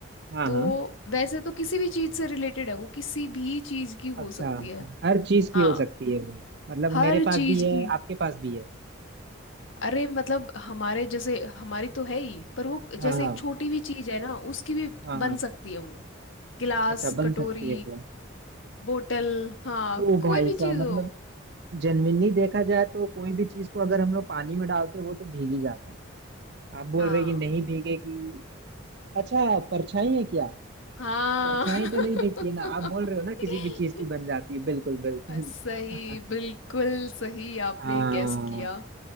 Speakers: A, on the right; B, on the left.
A: हाँ
B: तो
A: हाँ
B: वैसे तो किसी भी चीज से रिलेटेड है वो किसी भी चीज की
A: अच्छा
B: हो सकती है
A: हर चीज की
B: हाँ
A: हो सकती है वो मतलब
B: हर
A: मेरे पास
B: चीज
A: भी है
B: की
A: आपके पास भी है
B: अरे मतलब हमारे जैसे हमारी तो है ही पर वो
A: हाँ
B: जैसे
A: हाँ
B: एक छोटी भी चीज है ना उसकी भी
A: हाँ हाँ
B: बन सकती है वो गिलास
A: अच्छा बन
B: कटोरी
A: सकती है वो
B: बोतल हाँ
A: ओ भाई
B: कोई भी
A: साहब
B: चीज
A: मतलब
B: हो
A: जेन्युइनली देखा जाए तो कोई भी चीज को अगर हम लोग पानी में डालते वो तो भीग ही जाता है आप बोल
B: हाँ
A: रहे कि नहीं भीगेगी अच्छा परछाई है क्या
B: हाँ
A: परछाई
B: <laughs>
A: तो नहीं फेंकती है ना आप बोल रहे हो ना किसी भी चीज की बन जाती है बिल्कुल बिल्कुल
B: सही बिल्कुल
A: <laughs>
B: सही आपने
A: हाँ
B: गेस किया